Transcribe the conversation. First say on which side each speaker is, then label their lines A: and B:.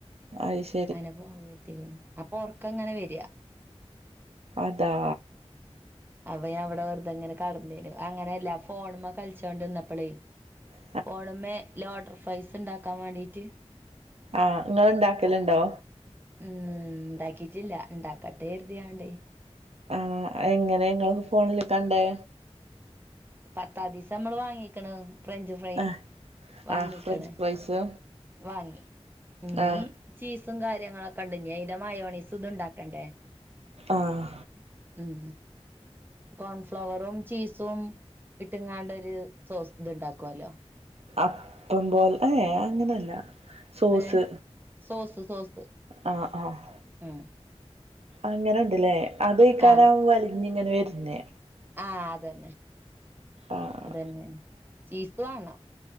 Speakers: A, on the right; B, on the right.
A: അത് ശെ
B: അതിനെ പോവാൻ കെടുത്തിക്ക്ണ് അപ്പൊ ഒറക്കം ഇങ്ങനെ വെരാ.
A: അതാ
B: അപ്പൊ ഞാൻ ഇവടെ വെറുതിങ്ങനെ കെടന്നിനു, അങ്ങനെയല്ല ഫോണ്മ്മേ കളിച്ചോണ്ട്ന്നപ്പളേ
A: ഉ
B: ഫോണ്മ്മേ ലോട്ടർ ഫ്രൈസ് ഇണ്ടാക്കാൻ വേണ്ടിട്ട്
A: ആഹ് ഇങ്ങള്ണ്ടാക്കലുണ്ടോ?
B: ഉം ഇണ്ടാക്കിറ്റില്ല ഇണ്ടാക്കട്ടെരുതിയാണ്ടേ
A: ആഹ് എങ്ങനെ ഇങ്ങള് ഫോണില് കണ്ടേ
B: പത്താദിസം നമ്മള് വാങ്ങിക്ക്ണ് ഫ്രഞ്ച് ഫ്രൈ
A: ആഹ്
B: വാങ്ങിക്ക്ണ്.
A: ആഹ് ഫ്രഞ്ച് ഫ്രൈസ്
B: വാങ്ങി ഇനി
A: ആഹ്
B: ചീസും കാര്യങ്ങളൊക്കെണ്ട് ഇഞ്ഞി അയിന്റെ മയോണീസ് ഇതുണ്ടാക്കണ്ടേ.
A: ആഹ്
B: ഉം കോൺഫ്ലവറും ചീസ് സും ഇട്ടിങ്ങാണ്ട് ഒരു സോ ഇത് ഉണ്ടാക്കുല്ലോ
A: അപ്പം പോല ഏഹ് അങ്ങനെയല്ല സോസ്
B: ഏ സോസ് സോസ്
A: ആഹ് ആഹ്
B: ഉം
A: അങ്ങനെണ്ട് ലേ അതെയ്കാരം
B: ആ
A: വലിഞ്ഞിങ്ങനെ വെര്ണ്.
B: ആഹ് അതന്നെ
A: ആഹ്
B: അതന്നെയാണ് ചീസ് വേണം